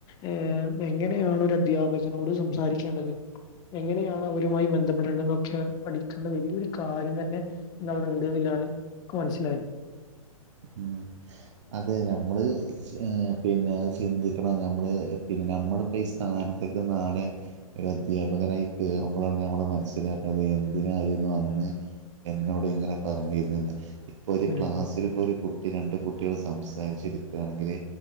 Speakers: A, on the left (about 20°); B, on the right (about 55°).
A: ഏ എങ്ങനെയാണ് ഒര ധ്യാപകനോട് സംസാരിക്കേണ്ടത് എങ്ങനെയാണ് അവരുമായി ബന്ധപ്പെടേണ്ടന്നൊക്കെ പഠിക്കേണ്ട വല്ല്യൊരുകാര്യം തന്നെ ഇന്നവടണ്ട്ന്ന്ല്ലാണ് ഇക്ക് മനസിലായത്
B: ഉം അതെ ഞമ്മള് പിന്നെ അത് ചിന്തിക്കണം ഞമ്മള് പിന്നെ ഞമ്മടെ പേസ് സ്ഥാനത്തേക്ക് നാളെ ഒരദ്യാപകനായി കേറുമ്പളാണ് നമ്മള് മനസ്സിലാക്ക്ണത് എന്തിനായിരുന്നു അന്ന് എന്നോട് ഇങ്ങനെ പറഞ്ഞിരുന്നു എന്ന് ഇപ്പൊര്
A: ഉം
B: ക്ലാസ്സില് പ്പൊരു കുട്ടി രണ്ട് കുട്ടികള് സംസാരിച്ച് ഇരിക്കാണെങ്കില്